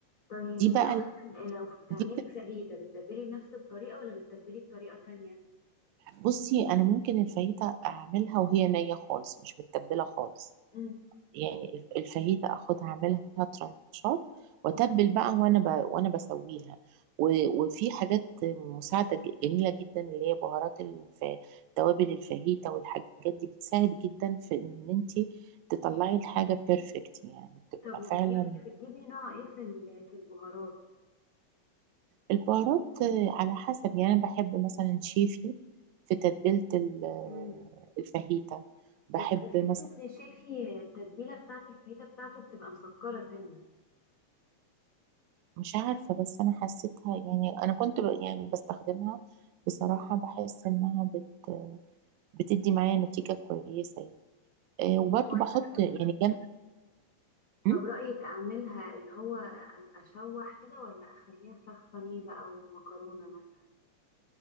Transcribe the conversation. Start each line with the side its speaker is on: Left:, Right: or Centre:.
Left: طيب
Right: دي
Left: انتي
Right: بقى
Left: اصلا
Right: ال-
Left: لو بتعملي
Right: دي بت-
Left: فاهيتا بتتبلي بنفس الطريقه ولا بتتبلي بطريقه تانية
Right: بصي أنا ممكن الفايتة أعملها وهي نية خالص مش متبلة خالص
Left: امم
Right: يعني الفاهيتا اخدها اعملها ترانشات واتبل
Left: أمم.
Right: بقى وانا ب... وانا بسويها و... وفي حاجات مساعده ج- جميله جدا اللي هي بهارات الف... توابل الفاهيتا والحاجات دي بتساعد جدا في ان انت تطلعي الحاجه بيرفكت يعني تبقى
Left: طب وبتجيبي
Right: فعلا
Left: بتجيبي نوع ايه في ال- في البهارات
Right: البهارات آه، على حسب يعني انا بحب مثلا شيفي في تتبيله ال-
Left: امم
Right: الفاهيتا بحب
Left: بس بحس
Right: مثلا
Left: ان شيفي التتبيله بتاعت الفاهيتا بتاعته بتبقى مسكره سنه
Right: مش عارفة بس أنا حسيتها يعني أنا كنت ب- يعني بستخدمها بصراحة
Left: مم.
Right: بحس إنها بت- بتدي معايا نتيجة كويسة يعني آه، وبرضه
Left: طب ولا
Right: بحط يعني جنب م?
Left: طب رايك اعملها اللي هو اشوح كده ولا اخليها فراخ بانيه بقى ومكرونه مثلا